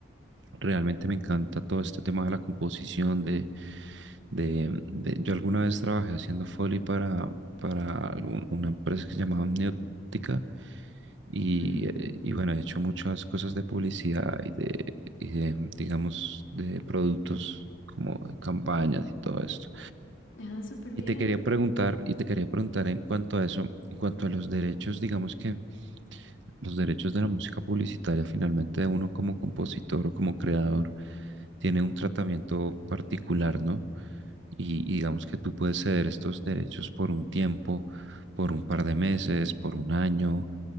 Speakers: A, on the right; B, on the left.
A: realmente me encanta todo este tema de la composición, de, de, de- yo alguna vez trabajé haciendo Foley para, para algún- una empresa que se llamaba Amniótica y,
B: Ujú.
A: eh, y bueno, he hecho muchas cosas de publicidad y de, y de, digamos, de productos como de campañas y todo esto.
B: Ah, súper bien.
A: Y te quería preguntar, y te quería preguntar en cuanto a eso, en cuanto a los derechos, digamos que los derechos de la música publicitaria, finalmente uno como compositor o como creador tiene un tratamiento particular, ¿no? Y, y digamos que tú puedes ceder estos derechos por un tiempo, por un par de meses, por un año,